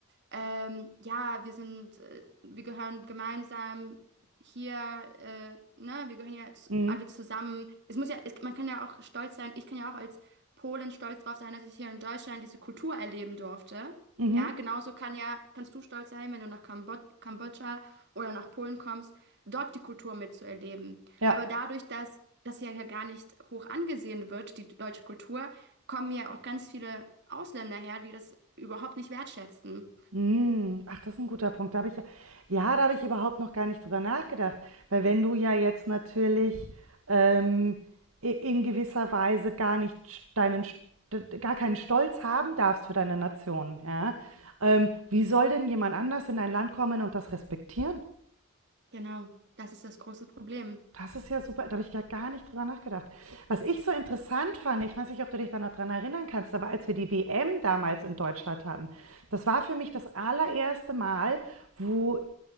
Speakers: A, on the right (about 55°); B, on the right (about 85°).
A: ähm, ja, wir sind, äh, wir gehören gemeinsam hier, äh, ne, wir gehören ja zu,
B: Mhm.
A: alle zusammen. Es muss ja, es, man kann ja auch stolz sein, ich kann ja auch als Polin stolz drauf sein, dass ich hier in Deutschland diese Kultur erleben durfte.
B: Mhm.
A: Ja, genauso kann ja, kannst du stolz sein, wenn du nach Kambod Kambodscha oder nach Polen kommst, dort die Kultur mitzuerleben.
B: Ja.
A: Aber dadurch, dass das ja hier gar nicht hoch angesehen wird, die deutsche Kultur, kommen ja auch ganz viele Ausländer her, die das überhaupt nicht wertschätzen.
B: Mhm. Ach, das ist ein guter Punkt. Da habe ich ja, ja, da habe ich überhaupt noch gar nicht drüber nachgedacht. Weil wenn du ja jetzt natürlich ähm, i- in gewisser Weise gar nicht st- deinen, st- gar keinen Stolz haben darfst für deine Nation, ja, ähm, wie soll denn jemand anders in dein Land kommen und das respektieren?
A: Genau, das ist das große Problem.
B: Das ist ja super, da habe ich ja gar nicht drüber nachgedacht. Was ich so interessant fand, ich weiß nicht, ob du dich da noch dran erinnern kannst, aber als wir die WM damals in Deutschland hatten, das war für mich das allererste Mal, wo